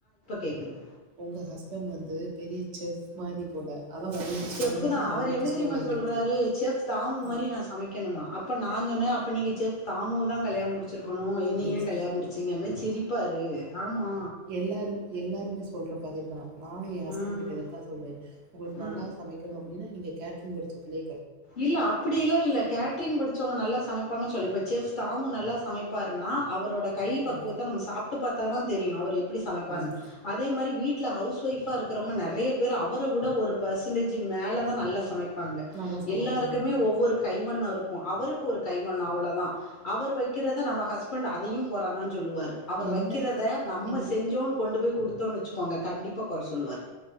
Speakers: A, on the left (about 55°); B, on the right (about 70°).
A: கேக்குது
B: உங்க ஹஸ்பண்ட் வந்து பெரிய செஃப் மாரி போல அதா உங்களுக்கு
A: செஃபு
B: ஸ்மெல் வரல
A: தான் அவரு
B: அவங்களுக்கு
A: என்ன தெரியுமா
B: ஸ்மெல் வந்திருக்கு
A: சொல்றாரு செஃப் தாமு மாரி
B: ம்
A: நா சமைக்கணுமா அப்ப நான் சொன்னே அப்ப நீங்க தாமு அ தா தான் கல்யாணம் முடிச் ச்சிருக்கணு என்ன
B: நிஜ்
A: ஏன் கல்யாணம் முடிச்சிங்கம ஜிரிப்பாரு ஆமா
B: எல்லாரும் எல்லாருமே சொல்ற பதில் தான் நானும் என் ஹஸ்பண்ட்
A: ம்
B: கிட்ட இத தா சொல்வேன் உங்களுக்கு
A: ம்
B: நல்லா சமைக் னோ அப்படின்னா நீங்க கேட்டரிங் படிச்ச பிள்ளை
A: இல்ல அப் புடியெல்லாம் இல்ல கேட்ரிங் படிச்சவங்க நல்லா சமைப்பாங்கன்னு சொல்லு இப்ப செஃப் தாமு நல்லா சமைப்பாருன்னா அவரோட கை பக்குவத்த
B: ம்,
A: நம்ம சாப்ட்டு பாத்தா தா தெரியும் அவர் எப்டி சமைப்பாருனு
B: ம்.
A: அதே மாரி வீட்டல ஹவுஸ் ஒய்ஃப் ஆ இருக்குறவங்க நெறய பேரு அவர ஒட ஒரு பெர்சன்டேஜ் மேல தான் நல்லா சமைப்பாங்க
B: நல்லா சமைப்பாங்க.
A: எல்லாருக்குமே ஒவ்வொரு கைவண்னோ இருக்கும் அவருக்கு ஒரு கைவண்னோ அவ்வளோதான் அவர் வைக்குறத நம ஹஸ்பண்டு அதையும் கொற தா சொல்லுவாரு அவர்
B: என்ன
A: வைக்கறத நம்ம
B: நீங்க
A: செஞ்சோன்னு கொண்டு போய் குடுத்தோனு வச்சுக்கோங்க கண்டிப்பா கொற சொல்லுவாரு